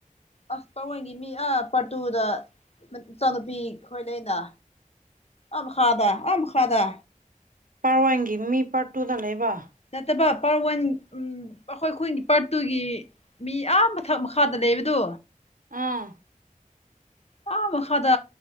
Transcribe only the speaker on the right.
ꯄꯥꯔꯋꯦꯟꯒꯤ ꯃꯤ ꯄꯥꯔꯠ ꯇꯨꯗ ꯂꯩꯕ
ꯑꯥ